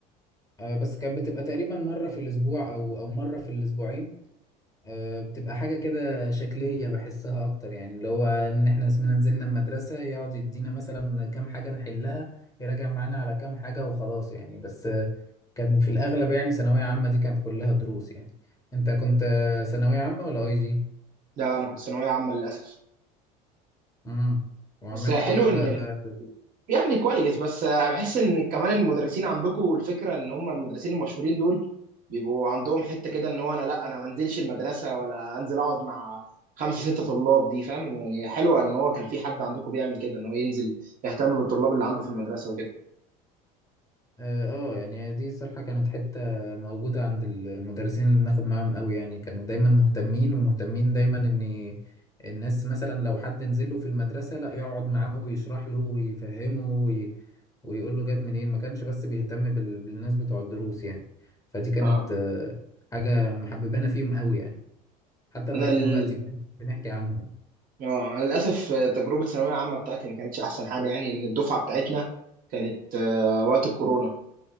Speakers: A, on the left (about 20°); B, on the right (about 45°).
A: آه، بس كانت بتبقى تقريبا مرة في الأسبوع أو أو مرة في الأسبوعين آه، بتبقى حاجة كده شكلية بحسها أكتر يعني اللي هو إن إحنا اسمنا نزلنا المدرسة يقعد يدينا مثلا كام حاجة نحلها يراجع معانا على كام حاجة وخلاص يعني بس آه، كان في الأغلب يعني ثانوية عامة دي كانت كلها دروس يعني أنت كنت آه، ثانوية عامة ولا أي جي؟
B: لا انا كنت ثانويه عامه للاسف
A: امم وعملت
B: بس حلو
A: إيه
B: ان
A: بقى
B: ال... يعني كويس بس بحس ان كمان المدرسين عندكم الفكره ان هم المدرسين المشهورين دول بيبقوا عندهم حته كده ان هو انا لا انا ما انزلش المدرسه ولا انزل اقعد مع خمسه سته طلاب دي فاهم يعني حلوه ان هو كان في حد عندكم بيعمل كده ان هو ينزل يهتم بالطلاب اللي عنده في المدرسه وكده
A: اه آه، يعني دي الصراحة كانت حتة موجودة عند المدرسين اللي بناخد معاهم قوي يعني كانوا دايما مهتمين ومهتمين دايما ان الناس مثلا لو حد نزل له في المدرسة لا يقعد معاه ويشرح له ويفهمه وي... ويقول له جت منين ما كانش بس بيهتم بال... بالناس بتوع الدروس يعني فدي كانت
B: اه
A: آه، حاجة محببانا فيهم قوي يعني حتى لغاية
B: انا ال...
A: دلوقتي بن- بنحكي عنهم
B: اه انا للاسف آه، تجربه ثانويه عامه بتاعتي ما كانتش احسن حاجه يعني ان الدفعه بتاعتنا كانت آه، وقت الكورونا